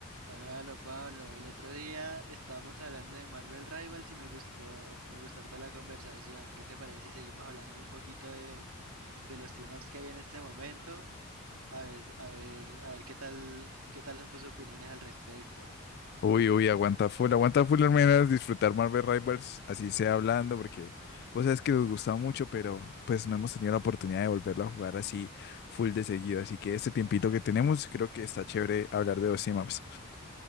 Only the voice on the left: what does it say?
Uy, uy, aguanta full, aguanta full al menos disfrutar Marvel Rivals, así sea hablando, porque vos sabes que nos gusta mucho, pero pues no hemos tenido la oportunidad de volverlo a jugar así full de seguido. Así que este tiempito que tenemos, creo que está chévere hablar de los maps.